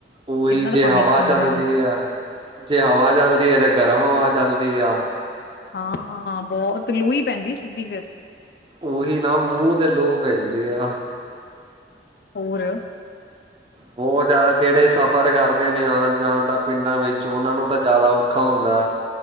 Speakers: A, on the right (about 30°); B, on the left (about 60°).
A: ਉਹੀ
B: ਕਿੰਨਾ
A: ਜੇ
B: ਤਾਂ ਪਾਣੀ
A: ਹਵਾ
B: ਖਾਂਦਾ
A: ਚੱਲਦੀ
B: ਉਹ।
A: ਆ। ਜੇ ਹਵਾ ਚੱਲਦੀ ਐ, ਤੇ ਗਰਮ ਹਵਾ ਚੱਲਦੀ ਆ।
B: ਹਾਂ, ਬਹੁਤ ਲੂੰ ਹੀ ਪੈਂਦੀ ਸਿੱਧੀ ਫੇਰ।
A: ਉਹੀ ਨਾ ਮੂੰਹ ਤੇ ਲੋਅ ਪੈਂਦੀ ਆ।
B: ਹੋਰ
A: ਬਹੁਤ ਜ਼ਿਆਦਾ, ਜਿਹੜੇ ਸਫ਼ਰ ਕਰਦੇ ਨੇ ਆਣ- ਜਾਣ ਦਾ ਪਿੰਡਾਂ ਵਿੱਚ, ਉਹਨਾਂ ਨੂੰ ਤਾਂ ਜ਼ਿਆਦਾ ਔਖਾ ਹੁੰਦਾ।